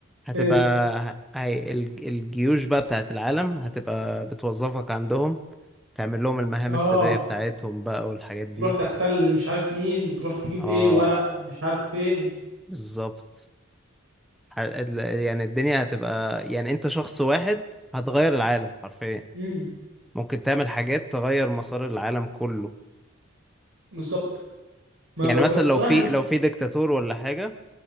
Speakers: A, in the centre; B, on the right.
A: هتبقى
B: ايه
A: ه- هي... الج- الجيوش بقى بتاعت العالم هتبقى بتوظفك عندهم تعمل لهم المهام
B: اه
A: السرية بتاعتهم بقى والحاجات دي
B: تروح تختل مش عارف مين وتروح تجيب
A: اه
B: ايه ورق مش عارف فين
A: بالظبط ح- ال- يعني الدنيا هتبقى يعني انت شخص واحد هتغير العالم حرفيا
B: امم
A: ممكن تعمل حاجات تغير مسار العالم كله
B: بالظبط ما
A: يعني
B: بق...
A: مثلا
B: بس
A: لو
B: الصراحه
A: في
B: يعني-
A: لو في ديكتاتور ولا حاجة